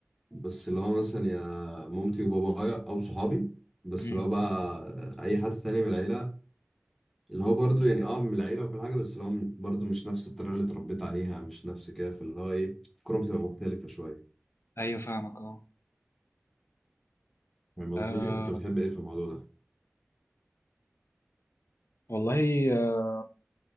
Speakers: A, in the centre; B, on the left.
A: بس لو أنا مثلا يا مامتي وبابايا او صحابي بس
B: امم
A: لو بقى اي حد تاني من العيله اللي هو برضو يعني اه من العيله وكل حاجه بس اللي هو برضو مش نفس الطريقه اللي اتربيت عليها مش نفس كده فاللي هو ايه الكوره بتبقى مختلفه شويه
B: ايوه فاهمك اه
A: فاهم قصدي
B: آه،
A: انت بتحب ايه في الموضوع ده
B: والله آه